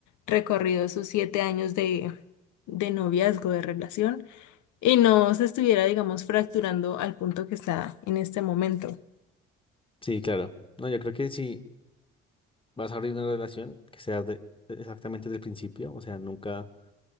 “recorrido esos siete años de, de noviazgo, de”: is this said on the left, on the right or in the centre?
Left